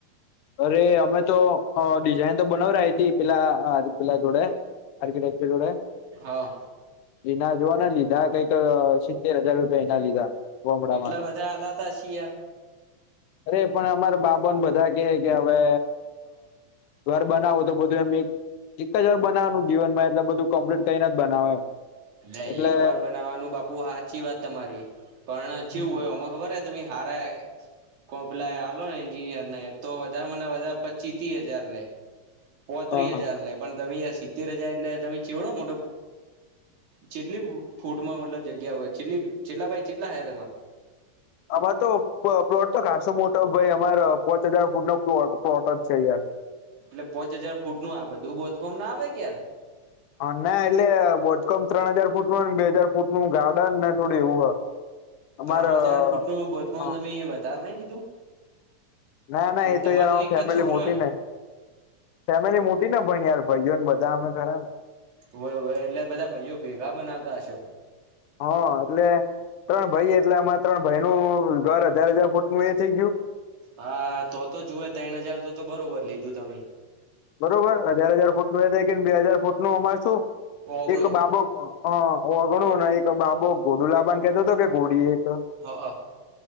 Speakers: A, on the left; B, on the right.
A: અરે અમે તો ડિઝાઇન તો બનાવરી તી પેલા પેલા જોડે. <unintelligible>
B: હા.
A: એના જોવોને લીધા કંઈક સિત્તેર હજાર રૂપિયા એના લીધા. ગોમડા
B: એટલા
A: માટે
B: બધા આલ્યા તા છી યાર
A: અરે પણ અમારે બાબને બધા. કે કે હવે ઘર બનાવું તો બધું એમ. એક જ વાર બનાવનું જીવન માં એટલે બધું કમ્પ્લીટ કઈને જ બનાવ એમ.
B: અ
A: એટલે
B: એક વાર બનાવાનું બાપુ સાચી વાત તમારી પણ
A: હ
B: ચેવું હોય અને ખબર. તમે હારા. કોન્ટ્રેક્ટ આલોને એન્જિનિયર ને તો વધારેમાં વધારે પંચી તી હજાર લે. પોત્રીસ
A: હા
B: હજાર, લે પણ તમેયાર સિત્તેર હજાર એટલે તમે ચીવડો મોટો જેટલી ફૂટમાં મતલબ જગ્યા, હોયટલી ચેટલા ભાઈ ચેટલા હ તમારે
A: અમાર, તો પ્લોટ તો ખાસો મોટો ભાઈ અમાર પોંચ હજાર, ફૂટ નો પ્લોટ જ છે યાર
B: એટલે પોચ હજાર, ફૂટ નું આ બધું બોધકોમ ના આવે યાર
A: હ, ના એટલે બોધકામ ત્રણ હજાર, ફૂટ નું બે હજાર, ફૂટ નું ગાર્ડન ને એવું હ અમારે
B: ત્રણ હજાર ફૂટ નું, બોધકામ
A: હા
B: તમે વધારે નઈ કીધું
A: ના, ના એ તો
B: તમારે
A: યાર આ
B: એક
A: ફેમિલી
B: જ છોકરો
A: મોટી
B: હે
A: ને ફેમિલી મોટીને, પણ યાર ભાઈઓને બધા અમે ખરા
B: હોય, હોય એટલે બધા ભાઈઓ, ભેગા બનાવતા હશો
A: હા, એટલે ત્રણ ભાઈ એટલે, આમાં ત્રણ ભાઈનું ઘર હજાર, હજાર ફૂટ નું એ થઇ ગયું
B: હા, તો તો જુએ, ત્રણ હજાર તો તો બરોબર લીધું તમે
A: બરોબર હજાર, હજાર ફૂટ નો એ થાય, કે બે હજાર ફૂટ નું અમાર શું
B: ઓગણું
A: એક બાબો ઓગણું, એક બાબુ ઘોડુ લાબાનો કેતો હતો, કે ઘોડી એક
B: હા.